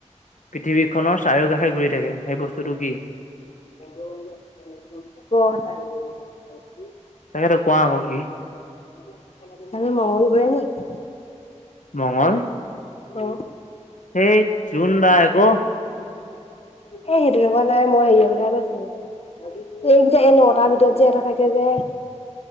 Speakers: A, on the left; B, on the left.
A: পৃথিৱী খনৰ চাৰিও কাষে ঘূৰি থাকে সেই
B: ক
A: বস্তুটো কি
B: <unintelligible>
A: তাকেতো কোৱা আক কি
B: আৰু মঙ্গল গ্ৰহ নি <unintelligible>
A: মংগল
B: অ
A: সেই জুন বাই আকৌ
B: এ সেইটো থকা নাই মই হেৰিয় কথাই কৈছো এইকেই তাৰ ভিতৰত যে এটা থাকে যে